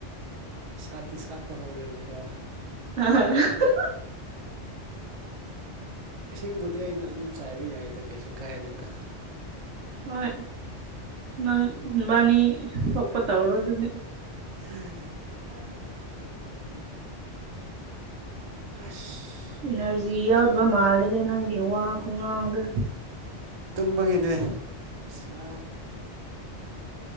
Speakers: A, on the right (about 40°); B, on the right (about 80°).
A: ꯁꯥꯠꯇꯤ ꯁꯥꯠꯄ ꯍꯧꯔꯦꯕꯀꯣ
B: <unintelligible>
A: ꯏꯁꯤꯡꯕꯨꯗꯤ ꯑꯩꯅ ꯑꯗꯨꯝ ꯆꯥꯏꯕ ꯌꯥꯏꯗ ꯀꯩꯁꯨ ꯀꯥꯏꯗꯦꯗ
B: ꯍꯣꯏ ꯅꯪꯕꯥꯅꯤ ꯊꯣꯛꯄ ꯇꯧꯔꯣꯗꯨꯗꯤ
A: <unintelligible> ꯐꯥꯒꯤ ꯇꯧꯕꯅꯤꯗ ꯍꯁ
B: ꯏꯅꯔꯖꯤ ꯌꯥꯎꯗꯕ ꯃꯥꯂꯦꯗ ꯅꯪꯒꯤ ꯋꯥ ꯈꯨꯡꯉꯥꯡꯗꯣ
A: ꯇꯨꯝꯕꯒꯤꯅꯦ ꯑꯁ ꯉꯥꯡ